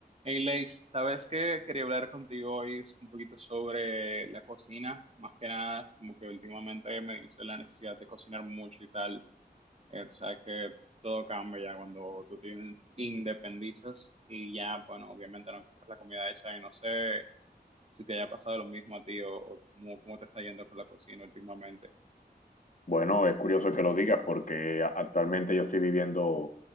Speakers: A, on the right; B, on the left.
A: Hey, Leis, sabes que quería hablar contigo hoy un poquito sobre la cocina, más que nada, como que últimamente me hice la necesidad de cocinar mucho y tal. Eh, tú sabes que todo cambia ya cuando tú te independizas y ya, bueno, obviamente no encuentras la comida hecha y no sé si te haya pasado lo mismo a ti o, o cómo, cómo te está yendo con la cocina últimamente.
B: Bueno, es curioso que lo digas porque a- actualmente yo estoy viviendo